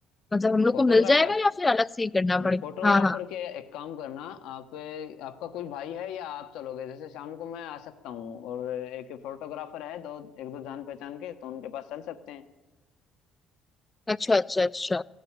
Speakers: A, on the left; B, on the left.
A: मतलब हम लोग
B: फोटोग्राफर
A: को मिल जाएगा या फिर अलग से ही करना पड़ेगा
B: फोटोग्राफर
A: हाँ हाँ
B: के एक काम करना आप आपका कोई भाई है या आप चलोगे जैसे शाम को मैं आ सकता हूँ और एक फोटोग्राफर है दो एक दो जान पहचान के तो उनके पास चल सकते हैं
A: अच्छा अच्छा अच्छा